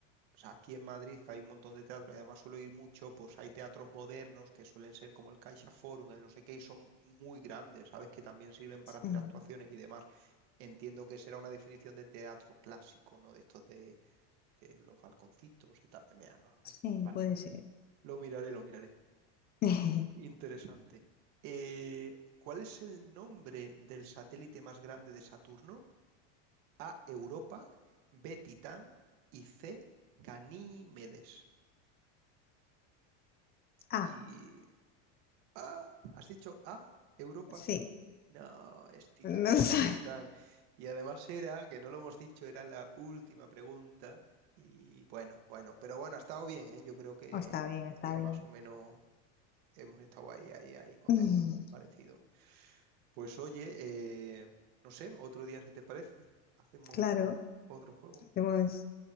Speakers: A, on the right (about 55°); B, on the left (about 25°).
A: o sea, aquí en Madrid que hay un montón de teatro y además suelo ir mucho, pues hay teatros modernos que suelen ser como el Caixa Forum, el no sé qué, y son muy grandes, ¿sabes? Que también sirven para
B: sí,
A: hacer actuaciones y demás. Entiendo que será una definición de teatro clásico, ¿no? De estos de, de los balconcitos y tal. Mira, no, vale.
B: sí,
A: vale.
B: puede ser.
A: Lo miraré, lo miraré.
B: <laughs>
A: Interesante. Eh, ¿cuál es el nombre del satélite más grande de Saturno? A, Europa, B, Titán y C, Ganímedes.
B: Ah,
A: Y A, ¿has dicho A, Europa?
B: sí,
A: No, es Titán,
B: no sé.
A: es Titán. Y además era, que no lo hemos dicho, era la última pregunta. Y bueno, bueno, pero bueno, ha estado bien, ¿eh? Yo creo que,
B: Oh, está bien, está
A: que
B: bien.
A: más o menos
B: <laughs>
A: hemos estado ahí, ahí, ahí contestando,
B: Mm,
A: parecido. Pues oye, eh, no sé, otro día si te parece, hacemos
B: Claro,
A: otro juego.
B: hacemos